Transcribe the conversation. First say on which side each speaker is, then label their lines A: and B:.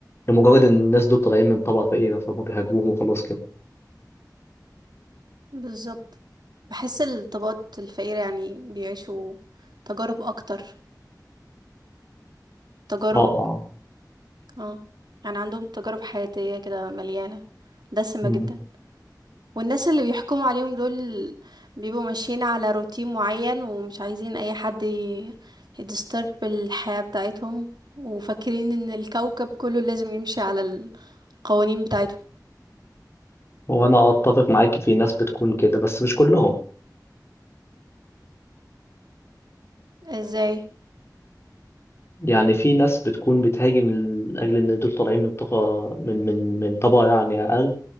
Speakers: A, on the left; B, on the right.
A: لمجرد ان الناس دول طالعين من طبقة فقيرة فهم بيهاجموهم وخلاص كده
B: بالظبط بحس الطبقات الفقيره يعني بيعيشوا تجارب اكتر تجارب
A: اه اه
B: اه يعني عندهم تجارب حياتيه كده مليانه دسمه
A: مم.
B: جدا والناس اللي بيحكموا عليهم دول بيبقوا ماشيين على روتين معين ومش عايزين اي حد يدسترب الحياة بتاعتهم وفاكرين ان الكوكب كله لازم يمشي على القوانين بتاعتهم
A: وانا اتفق معاك في ناس بتكون كده بس مش كلهم
B: ازاي
A: يعني في ناس بتكون بتهاجم لاجل ان دول طالعين من طبقة من من من طبقة يعني اقل